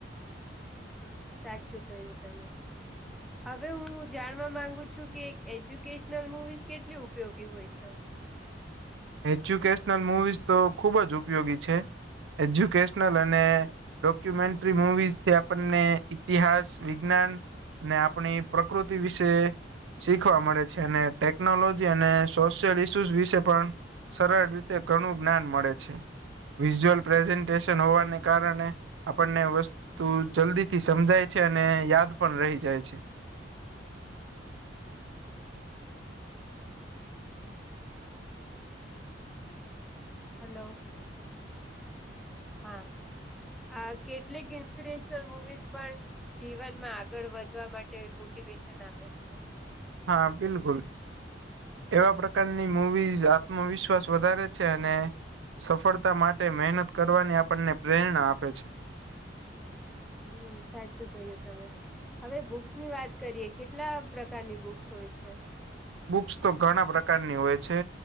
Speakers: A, in the centre; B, on the right.
A: હમમ સાચું કહ્યું તમે.
B: <inaudible>
A: હવે હું જાણવા માંગુ છું, કે એજ્યુકેશનલ મુવીઝ કેટલી ઉપયોગી હોય છે?
B: એજ્યુકેશનલ મુવીઝ તો ખુબ જ ઉપયોગી છે. એજ્યુકેશનલ અને ડોક્યુમેન્ટ્રી મુવીઝથી આપણને ઈતિહાસ, વિજ્ઞાન ને આપણી પ્રકૃતિ વિશે શીખવા મળે છે અને ટેકનોલોજી અને સોશિયલ ઈસ્યુઝ વિશે પણ સરળ રીતે ઘણું જ્ઞાન મળે છે. વિઝ્યુઅલ પ્રેઝન્ટેશન હોવાને કારણે આપણને વસ્તુ જલ્દી થી સમજાય છે અને યાદ પણ રહી જાય છે.
A: હલો હા. આ કેટલીક ઇન્સ્પિરેશનલ મુવીઝ પણ જીવનમાં આગળ વધવા માટે મોટિવેશન આપે છે.
B: હા બિલકુલ. એવા પ્રકારની મૂવીઝ આત્મવિશ્વાસ વધારે છે અને સફળતા માટે મહેનત કરવાની આપણને પ્રેરણા આપે છે.
A: હમમ સાચું કહ્યું તમે. હવે બુક્સ ની વાત કરીએ. કેટલા પ્રકારની બુક્સ હોય છે?
B: બુક્સ તો ઘણા પ્રકારની હોય છે.